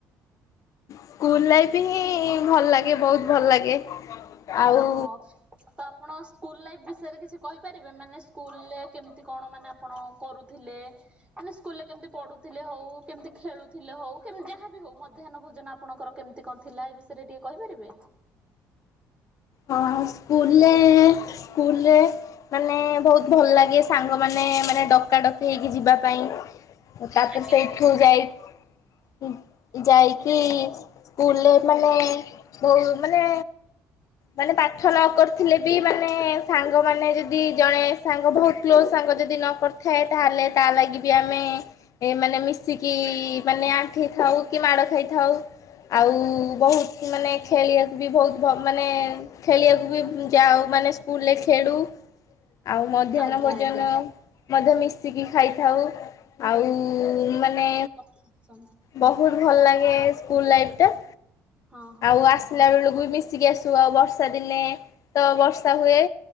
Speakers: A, on the left; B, on the right.
A: ସ୍କୁଲ୍ ଲାଇଫ୍ ହିଁ ଭଲ ଲାଗେ ବୋହୁତ୍ ଭଲ ଲାଗେ। ଆଉ
B: ଓହୋ। ତ ଆପଣ ସ୍କୁଲ୍ ଲାଇଫ୍ ବିଷୟରେ କିଛି କହିପାରିବେ? ମାନେ ସ୍କୁଲରେ କେମିତି କଣ ମାନେ ଆପଣ କରୁଥିଲେ? ମାନେ ସ୍କୁଲ୍ ରେ କେମିତି ପଢୁଥିଲେ ହୋଉ, କେମିତି ଖେଳୁଥିଲେ ହୋଉ କେମତି ଯାହାବି ହୋଉ ମଧ୍ୟାହ୍ନ ଭୋଜନ ଆପଣଙ୍କର କେମିତି କଣ ଥିଲା ଏ ବିଷୟରେ ଟିକେ କହିପାରିବେ?
A: ହଁ ସ୍କୁଲ୍ ରେ, ସ୍କୁଲ୍ ରେ ମାନେ ବୋହୁତ୍ ଭଲ ଲାଗେ ସାଙ୍ଗ ମାନେ ମାନେ ଡକା ଡକି ହେଇକି ଯିବା ପାଇଁ। ତା ପରେ
B: ଆଜ୍ଞା
A: ସେଇଠୁ
B: ଆଜ୍ଞା।
A: ଯାଇ କି ଯାଇକି ସ୍କୁଲ୍ ରେ ମାନେ ବହୁ ମାନେ ମାନେ ପାଠ ନ କରିଥିଲେ ବି ମାନେ ସାଙ୍ଗମାନେ ଯଦି ଜଣେ ସାଙ୍ଗ ବୋହୁତ୍ କ୍ଲୋଜ୍ ସାଙ୍ଗ ଯଦି ନ କରିଥାଏ ତାହେଲେ ତା ଲାଗି ବି ଆମେ ଏ ମାନେ ମିଶିକି ମାନେ ଆଣ୍ଠେଇ ଥାଉ କି ମାଡ ଖାଇଥାଉ। ଆଉ ବୋହୁତ୍ ମାନେ ଖେଳିବାକୁ ବି ବୋହୁତ୍ ମାନେ ଖେଳିବାକୁ ବି ଯାଉ ମାନେ ସ୍କୁଲ୍ ରେ ଖେଳୁ। ଆଉ ମଧ୍ୟାହ୍ନ
B: ଆଜ୍ଞା
A: ଭୋଜନ
B: ଆଜ୍ଞା।
A: ମଧ୍ୟ ମିଶିକି ଖାଇଥାଉ। ଆଉ ଉ ମାନେ
B: ଆସ
A: ବହୁତ୍ ଭଲ୍ ଲାଗେ ସ୍କୁଲ୍ ଲାଇଫ୍ ଟା।
B: ହଁ ହଁ
A: ଆଉ ଆସିଲା ବେଳକୁ ବି ମିଶିକି ଆସୁ, ଆଉ ବର୍ଷା ଦିନେ। ତ ବର୍ଷା ହୁଏ।